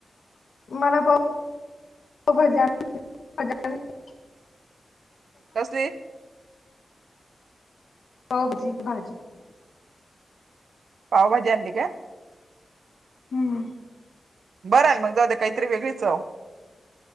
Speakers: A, on the left (about 80°); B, on the right (about 85°).
A: मला पाव भजी आणले, भजी आणले.
B: कसली?
A: पावभाजी भाजी
B: <inaudible> पावभाजी आणली काय?
A: हम्म
B: बरंय ना, म जाऊद्या काइतरी वेगळी चव.